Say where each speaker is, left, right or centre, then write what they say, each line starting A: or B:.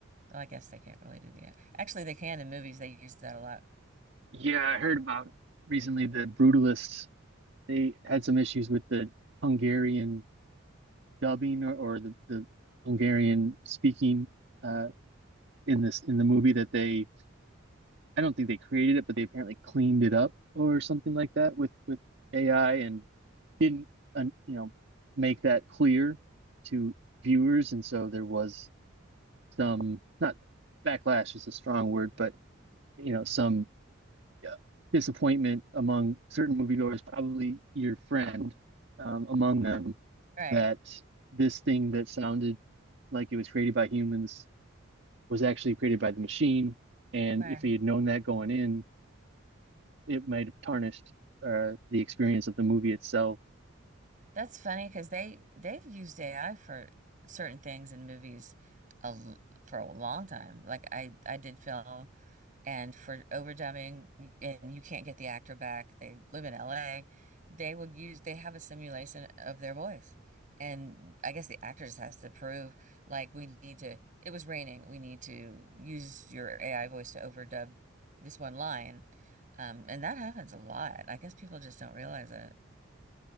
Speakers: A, on the right; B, on the right.
A: well, I guess they can't really do the act. Actually, they can in movies. They use that a lot.
B: Yeah, I heard about recently the Brutalists. They had some issues with the Hungarian dubbing or, or the, the Hungarian speaking uh, in this in the movie that they I don't think they created it, but they apparently cleaned it up or something like that with with AI and didn't uh, you know make that clear to viewers, and so there was some not backlash is a strong word, but you know some uh, disappointment among certain moviegoers, probably your friend um, among them
A: Right,
B: that this thing that sounded like it was created by humans was actually created by the machine. And
A: right.
B: if he had known that going in, it might have tarnished uh, the experience of the movie itself.
A: That's funny because they they've used AI for certain things in movies a, l- for a long time. Like I I did film and for overdubbing and you can't get the actor back. They live in LA. They will use they have a simulation of their voice. And I guess the actor just has to prove like we need to it was raining. We need to use your AI voice to overdub this one line. Um, and that happens a lot. I guess people just don't realize it.